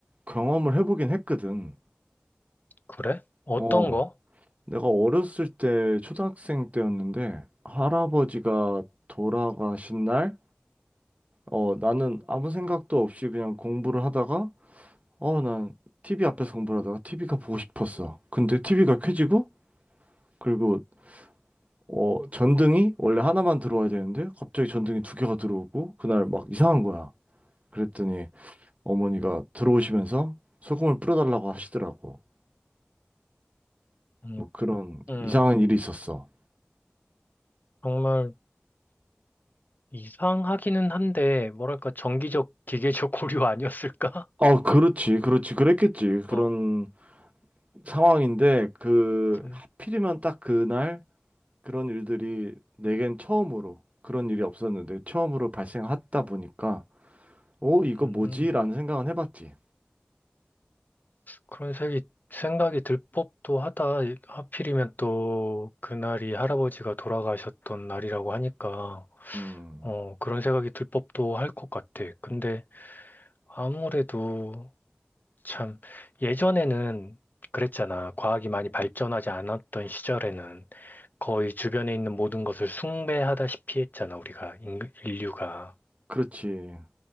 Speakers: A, on the right; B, on the left.
A: 경험을 해보긴 했거든.
B: 그래? 어떤
A: 어,
B: 거?
A: 내가 어렸을 때 초등학생 때였는데 할아버지가 돌아가신 날, 어, 나는 아무 생각도 없이 그냥 공부를 하다가, 어, 난 TV 앞에서 공부를 하다가 TV가 보고 싶었어. 근데 TV가 켜지고, 그리고 어, 전등이 원래 하나만 들어와야 되는데 갑자기 전등이 두 개가 들어오고 그날 막 이상한 거야. 그랬더니 어머니가 들어오시면서 소금을 뿌려달라고 하시더라고.
B: 음,
A: 뭐 그런
B: 음,
A: 이상한 일이 있었어.
B: 정말 이상하기는 한데 뭐랄까 정기적 기계적 고려 아니었을까?
A: 아, 그렇지, 그렇지, 그랬겠지.
B: <laughs>
A: 그런
B: 어,
A: 상황인데, 그,
B: 좀
A: 하필이면 딱 그날 그런 일들이 내겐 처음으로, 그런 일이 없었는데, 처음으로 발생하다 보니까, 어, 이거
B: 음,
A: 뭐지? 라는 생각은 해봤지.
B: 그런 생각이 생각이 들 법도 하다. 하필이면 또 그날이 할아버지가 돌아가셨던 날이라고 하니까
A: 음,
B: 어, 그런 생각이 들 법도 할 것 같아. 근데 아무래도 참 예전에는 그랬잖아. 과학이 많이 발전하지 않았던 시절에는 거의 주변에 있는 모든 것을 숭배하다시피 했잖아, 우리가, 인- 인류가.
A: 그렇지.